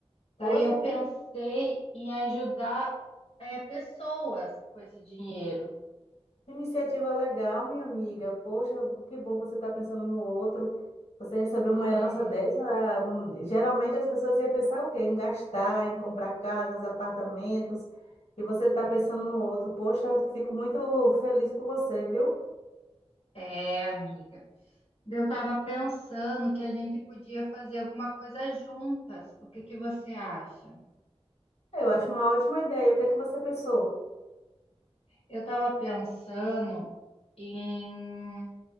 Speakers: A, on the left; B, on the left.
A: Poxa,
B: Daí eu pensei
A: que
B: em ajudar, é, pessoas com esse dinheiro.
A: Iniciativa legal, minha amiga. Poxa, que bom você estar pensando no outro. Você recebeu uma herança
B: É,
A: dessa, hum, geralmente as pessoas iam pensar o quê? Em gastar, em comprar casas, apartamentos, e você está pensando no outro. Poxa, fico muito feliz por você, viu?
B: É, amiga. Eu estava pensando que a gente podia fazer alguma coisa juntas. O que que você acha?
A: Eu acho uma ótima ideia. O que é que você pensou?
B: Eu estava pensando em